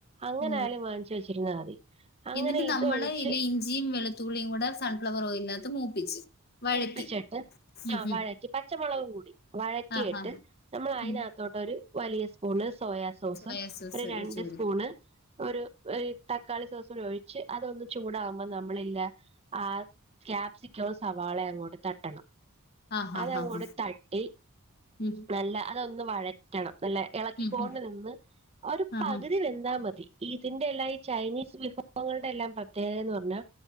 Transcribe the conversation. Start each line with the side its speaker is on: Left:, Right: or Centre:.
Right: അങ്ങനായാലും
Left: ഓ
Right: വാങ്ങിച്ചു വെച്ചിരുന്നാ മതി അങ്ങനെ
Left: ന്നിട്ട് നമ്മള്
Right: ഇതൊഴിച്ച്
Left: ഇലിം ഞ്ചിയും വെളുത്തുള്ളളിയും കൂടെ സൺഫ്ലവറോയിലിനത്ത് മൂപ്പിച്ച് വഴറ്റി
Right: മൂപ്പിച്ചെട്ട്
Left: ഉം
Right: ആ വഴറ്റി
Left: ഉം
Right: പച്ചമുളകും കൂടി വഴറ്റിയിട്ട്
Left: ആഹ് ആഹ്
Right: നമ്മൾ അയിനകത്തോട്ടൊരു
Left: ഉം
Right: വലിയ സ്പൂണ് സോയ സോസും
Left: സോയാ സോസ്
Right: ഒര്
Left: ഒഴിച്ച്
Right: രണ്ട്
Left: കൊടുക്കും
Right: സ്പൂണ് ഒരു ഒര് തക്കാളി സോസും കൂടിഴിച്ച് അതൊന്ന് ചൂടകുമ്പോ നമ്മളില്ല ആ ക്യാപ്സിക്കവും സവാളെം അങ്ങോട്ട് തട്ടണം
Left: ആഹ് ആഹ് ആഹ്
Right: അതങ്ങോട്ട്
Left: ആഹ്
Right: തട്ടി
Left: ഉം
Right: നല്ല അതൊന്ന് വഴറ്റണം അല്ലെ ഇളക്കിക്കോണ്ട്
Left: ഉം ഉം
Right: നിന്ന് ഒരു
Left: ആഹ്
Right: പകുതി
Left: ആഹ്
Right: വെന്താ മതി ഇതിന്റെ എല്ലാം ഈ ചൈനീസ് വിഭ ഭവങ്ങളുടെ എല്ലാം പ്രത്യേകതേന്ന് പറഞ്ഞാൽ